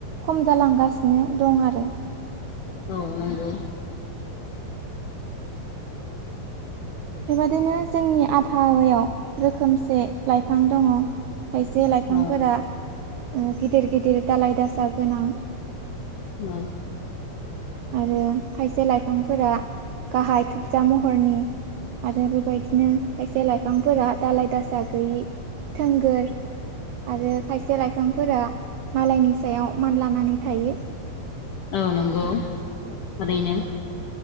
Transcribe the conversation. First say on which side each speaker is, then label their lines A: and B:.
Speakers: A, on the right; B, on the left.
A: खम जालांगासिनो दं आरो
B: औ नंगौ
A: बेबादिनो जोंनि आबहावायाव रोखोमसे लाइफां दङ खायसे लाइफांफोरा
B: औ
A: ओ गिदिर गिदिर दाालाय दासा गोनां
B: <unintelligible>
A: आरो खायसे लाइफांफोरा गाहाय थुबजा महरनि आरो बेबायदि नो खायसे लाइफांफोरा दाालाय दासा गैयि थोंगोर आरो खायसे लाइ फांफोरा मालायनि सायाव मानलानानै थायो
B: औ नंगौ थारैनो